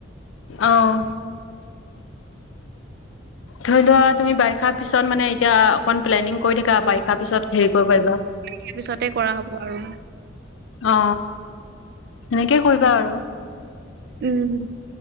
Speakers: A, on the left; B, on the right.
A: অহ। ধৰি লোৱা তুমি বাৰিষা পিছত মানে এতিয়া অকন প্লেনিং কৰি থাকা বাৰিষা। তাৰপিছত হেৰি কৰিব পাৰিবা
B: সেই পিছতে কৰা হ'ব আৰু
A: অ সেনেকে কৰিবা আৰু।
B: উম।